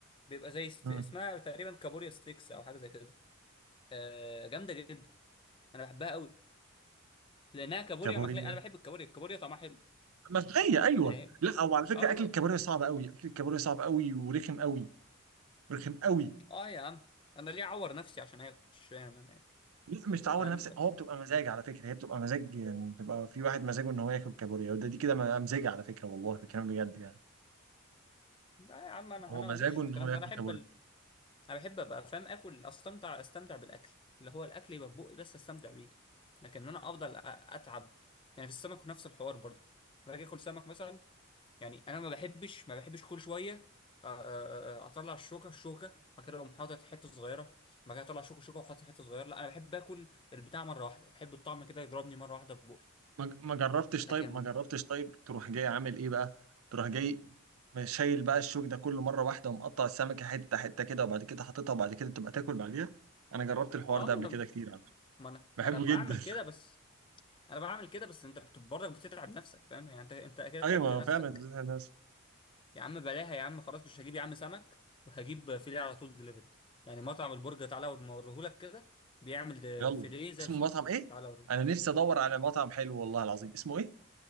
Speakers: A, on the left; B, on the right.
A: بيبقى زي ست...
B: مم.
A: اسمها تقريبا كابوريا ستيكس او حاجه زي كده آه جامده جدا انا بحبها قوي لانها كابوريا
B: كابوريا
A: مخليه انا بحب الكابوريا الكابوريا طعمها حلو
B: ملوخية أيوه أيوة.
A: يعني هي
B: لا هو على فكرة
A: اه
B: أكل الكابوريا صعب أوي أكل الكابوريا صعب أوي ورخم أوي رخم أوي
A: اه يا عم انا ليه اعور نفسي عشان اكل مش فاهم انا إيه.
B: لا مش
A: انت
B: تعور
A: فاهم
B: نفسك
A: لكن
B: هو بتبقى مزاج على فكرة هي بتبقى مزاج يعني بتبقى في واحد مزاجه إن هو ياكل كابوريا وده دي كده مزاج على فكرة والله بكلام بجد يعني
A: لا يا عم انا
B: هو
A: انا
B: مزاجه
A: ماليش في
B: إن
A: الكلام
B: هو ياكل
A: ده انا احب
B: كابوريا
A: انا بحب ابقى فاهم اكل استمتع استمتع بالاكل اللي هو الاكل يبقى في بقي بس استمتع بيه لكن انا افضل أ- اتعب يعني في السمك نفس الحوار برضه باجي اكل سمك مثلا يعني انا ما بحبش ما بحبش كل شويه أ- أ- أ- اطلع الشوكه الشوكه بعد كده اقوم حاطط حته صغيره بعد كده اطلع شوكه شوكه واحط حته صغيره لا انا بحب اكل البتاع مره واحده بحب الطعم كده يضربني مره واحده في بقي
B: ما ما جربتش
A: لكن
B: طيب ما جربتش طيب تروح جاي عامل ايه بقى تروح جاي شايل بقى الشوك ده كله مره واحده ومقطع السمكه حته حته كده وبعد كده حاططها وبعد كده تبقى تاكل بعديها انا جربت الحوار
A: اه
B: ده
A: ما
B: قبل
A: انا
B: كده كتير على فكره
A: ما انا
B: بحبه
A: ما انا بعمل
B: جدا
A: كده بس انا بعمل كده بس انت بت- برضك بتتعب نفسك فاهم يعني انت انت
B: <laughs>
A: كده تعبت
B: ايوه ما هو
A: نفسك
B: فعلا <laughs> زيتها نفس
A: يا عم بلاها يا عم خلاص مش هجيب يا عم سمك وهجيب فيليه على طول دليفري يعني مطعم البرجر تعالى اوريهولك كده بيعمل ده
B: يلا
A: فيليه زي
B: اسمه
A: الفل
B: مطعم ايه
A: تعالى اوريهولك
B: انا نفسي ادور على مطعم حلو والله العظيم اسمه ايه